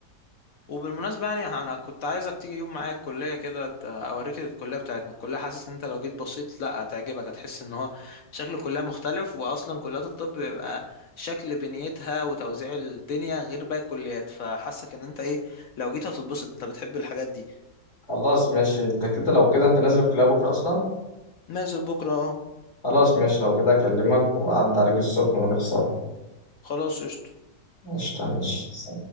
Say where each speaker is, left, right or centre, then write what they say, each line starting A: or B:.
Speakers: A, on the left; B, on the left.
A: وبالمناسبة يعني أنا كنت عايزك تيجي يوم معايا الكلية كده ت- أوريك الكلية بتاعتنا الكلية حاسس إن أنت لو جيت بسيط لأ هتعجبك هتحس إن هو شكل الكلية مختلف وأصلا كليات الطب بيبقى شكل بنيتها وتوزيع الدنيا غير باقي الكليات فحاسك إن أنت إيه لو جيت هتتبسط أنت بتحب الحاجات دي
B: خلاص ماشي انت كده لو كده انت نازل الكلية بكرة اصلا
A: نازل بكرة أهو.
B: خلاص ماشي لو كده اكلمك واعد عليك الصبح ونحصل
A: خلاص قشطة
B: ماشي ماشي